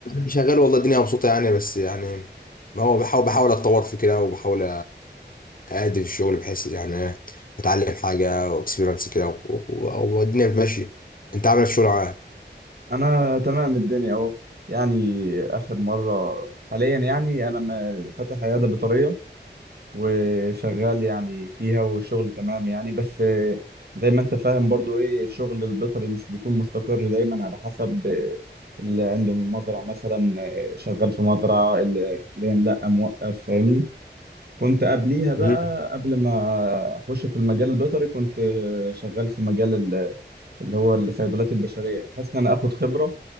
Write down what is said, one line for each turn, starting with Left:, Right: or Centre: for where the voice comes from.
Left: شغال والله الدنيا مبسوطة يعني بس يعني ما هو بحاول بحاول اتطور في كده وبحاول أأدي في الشغل بحيث يعني إيه، اتعلم حاجة واكسبيرنس كده و- و- والدنيا ماشية انت عامل إيه في الشغل معاك
Right: أنا تمام الدنيا أهو يعني آخر مرة حاليا يعني أنا ما- فاتح عيادة بيطرية وشغال يعني فيها والشغل تمام يعني بس آه، زي ما أنت فاهم برضو إيه الشغل البيطري مش بيكون مستقر دايما على حسب آه، اللي عنده مزرعة مثلا آه، شغال في مزرعة اللي حاليا لأ موقف فاهمني كنت قبليها بقى
Left: مم.
Right: قبل ما اخش في المجال البيطري كنت آه، شغال في مجال ال- اللي هو الصيدليات البشريه بحيث ان انا اخد خبره